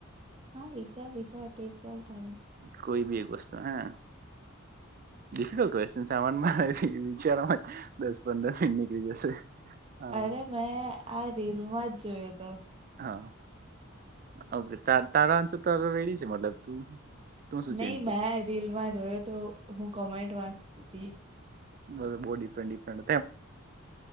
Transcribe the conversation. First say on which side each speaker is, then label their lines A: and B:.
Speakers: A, on the right (about 30°); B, on the right (about 45°).
A: હા વિચાર વિચાર ટેક યોઉર ટાઈમ.
B: કોઈ બી એક વસ્તુ હા? ડિફિકલટ ક્વશચનસ એમ વિચાર દસ પંદર મિનિટ નીકળી જશે. આમ,
A: અરે મેં આ રીલમાં જ જોયો હતો.
B: હા, અ તારા અંશ તારા રેડી છે મતલબ તું. તું શું
A: નહી
B: ચેન્જ કરશે
A: મેં રીલમાં જોયો તો હું કોમેન્ટ વાંચતી હતી.
B: બધું બો ડિફરેન્ટ ડિફરેન્ટ